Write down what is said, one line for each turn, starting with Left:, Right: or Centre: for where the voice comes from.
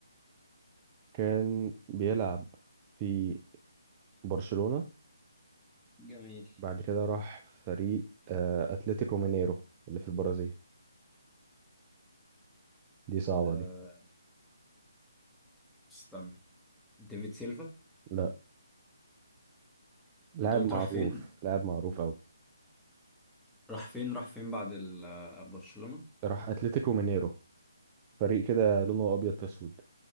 Right: كان بيلعب في برشلونة
Centre: جميل
Right: بعد كده راح فريق آه، اتلتيكو مينيرو اللي في البرازيل دي صعبة
Centre: آه
Right: دي
Centre: استنى ديفيد سيلفا
Right: لا لاعب
Centre: انت قلت
Right: معروف
Centre: راح فين
Right: لاعب معروف أوي
Centre: راح فين راح فين بعد ال- آه، برشلونة
Right: راح اتلتيكو مينيرو فريق كده لونه أبيض في أسود